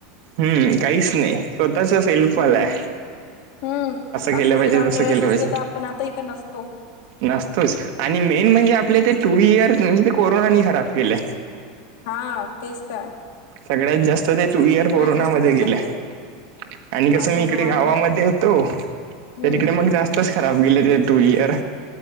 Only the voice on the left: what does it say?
हम्म
हम्म हम्म
असं
जर आपल्या
वेळेस
असत
तर आपण आता इथं नसतो.
हा तेच तर आहे.
जास्त त्याच्यात
गेलं
माझं
तर मला
हम्म
हम्म